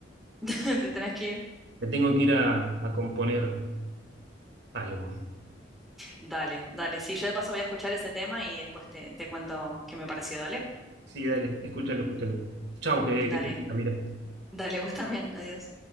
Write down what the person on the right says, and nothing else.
Me tengo que ir a, a componer algo.
Sí, dale, escúchalo, escúchalo. Chau, que,
que estés bien, Camila.